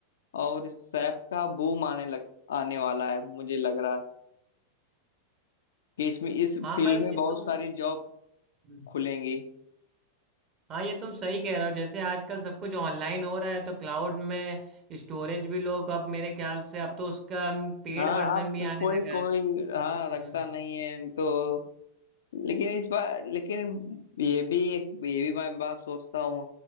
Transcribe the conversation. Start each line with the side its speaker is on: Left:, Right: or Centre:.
Left: और सैप का बूम आने लग आने वाला है मुझे लग रहा है कि इसमें इस
Right: हाँ
Left: फील्ड
Right: भाई
Left: में
Right: ये
Left: बहुत
Right: तुम
Left: सारी जॉब
Right: हम्म,
Left: खुलेंगी
Right: हाँ ये तुम सही कह रहे हो जैसे आजकल सब कुछ ऑनलाइन हो रहा है तो क्लाउड में स्टोरेज भी लोग अब मेरे ख्याल से अब तो उसका पेड
Left: हाँ
Right: वर्जन
Left: आप
Right: भी
Left: क-
Right: आने
Left: कोई
Right: लगा
Left: कोई
Right: है
Left: हाँ रखता
Right: हम्म
Left: नहीं है तो लेकिन इस बार लेकिन ये भी एक ये भी मैं बात सोचता हूँ